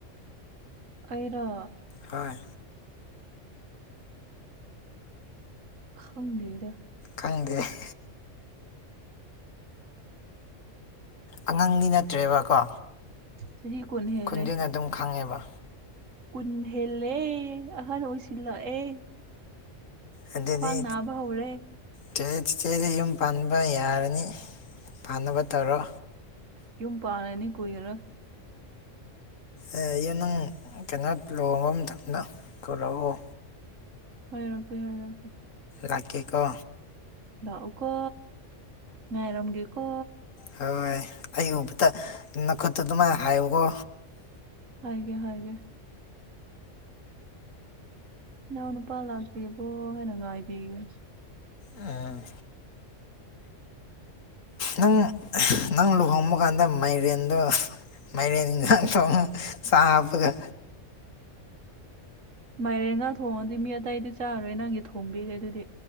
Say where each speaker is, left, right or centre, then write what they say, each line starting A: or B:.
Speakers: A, on the right; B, on the left.
A: ꯑꯩꯔꯣ
B: ꯇꯥꯏ
A: ꯈꯪꯗꯦꯗ
B: ꯈꯪꯗꯦ ꯍꯦ ꯑꯉꯥꯡꯗꯤ ꯅꯠꯇ꯭ꯔꯦꯕꯀꯣ
A: ꯆꯍꯤ ꯀꯨꯟ ꯍꯦꯜꯂꯦ
B: ꯈꯨꯟꯗꯨꯅ ꯑꯗꯨꯝ ꯈꯪꯉꯦꯕ
A: ꯀꯨꯟ ꯍꯦꯜꯂꯦ ꯑꯍꯟ ꯑꯣꯏꯁꯤꯜꯂꯛꯑꯦ
B: ꯑꯗꯨꯗꯤ
A: ꯈ꯭ꯋꯥꯡ ꯅꯥꯕ ꯍꯧꯔꯦ
B: ꯆꯦ ꯆꯤꯆꯦꯁꯦ ꯌꯨꯝ ꯄꯥꯟꯕ ꯌꯥꯔꯅꯤ ꯄꯥꯟꯅꯕ ꯇꯧꯔꯣ
A: ꯌꯨꯝ ꯄꯥꯜꯂꯅꯤ ꯀꯨꯢꯔꯔꯣꯢ
B: ꯑꯩ ꯅꯪ ꯀꯩꯅꯣ ꯂꯨꯍꯣꯡꯕ ꯃꯇꯝꯗ ꯀꯧꯔꯛꯑꯣ
A: ꯍꯥꯏꯔꯀꯦ ꯍꯥꯏꯔꯀꯦ
B: ꯔꯥꯛꯀꯦꯀꯣ
A: ꯂꯥꯛꯎꯀꯣ ꯉꯥꯏꯔꯝꯒꯦꯀꯣ
B: ꯍꯣꯏ ꯑꯩ ꯎꯕꯗ ꯅꯈꯨꯠꯇꯣ ꯑꯗꯨꯃꯥꯏ ꯍꯥꯏꯌꯨꯀꯣ
A: ꯍꯥꯏꯒꯦ ꯍꯥꯏꯒꯦ ꯢꯅꯥꯎ ꯅꯨꯄꯥ ꯂꯥꯛꯇꯤꯕꯣ ꯍꯥꯏꯅ ꯉꯥꯏꯕꯤꯒꯅꯤ
B: ꯎꯝ ꯅꯪ ꯅꯪ ꯂꯨꯍꯣꯡꯕ ꯀꯥꯟꯗ ꯃꯥꯏꯔꯦꯟꯗꯣ ꯃꯥꯏꯔꯦꯟ <unintelligible> ꯆꯥꯕꯒ
A: <inaudible> ꯃꯥꯏꯔꯦꯟꯒꯥ ꯊꯣꯡꯉꯗꯤ ꯃꯤ ꯑꯇꯩꯗꯤ ꯆꯥꯔꯔꯣꯏ ꯅꯪꯒꯤ ꯊꯣꯡꯕꯤꯒꯦ ꯑꯗꯨꯗꯤ